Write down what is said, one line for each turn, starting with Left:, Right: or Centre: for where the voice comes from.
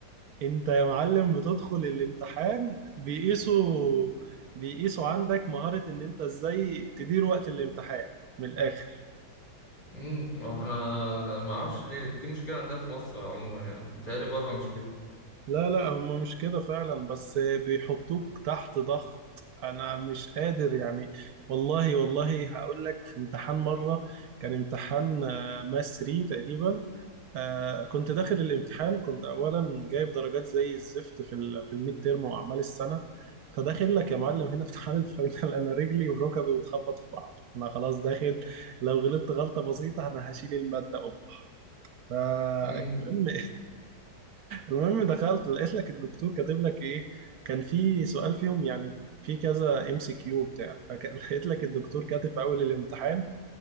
Right: انت يا معلم بتدخل الامتحان بيقيسوا بيقيسوا عندك مهارة ان انت ازاي تدير وقت الامتحان من الاخر
Left: امم واحنا ما اعرفش ليه دي مشكله عندنا في مصر عموما يعني بيتهيألي بره مش كده
Right: لا لا هم مش كده فعلا بس بيحطوك تحت ضغط انا مش قادر يعني والله والله هقول لك في امتحان مره كان امتحان آه، ماس 3 تقريبا آه، كنت داخل الامتحان كنت اولا جايب درجات زي الزفت في ال- في الميد تيرم واعمال السنه فداخل لك يا معلم هنا امتحان الفاينل انا رجلي وركبي بتخبط في بعض انا خلاص داخل لو غلطت غلطه بسيطه انا هشيل الماده قبح فالمهم
Left: امم
Right: المهم دخلت لقيت لك الدكتور كاتب لك ايه كان في سؤال فيهم يعني في كذا ام سي كيو بتاع فلقيت <laughs> لك الدكتور كاتب في اول الامتحان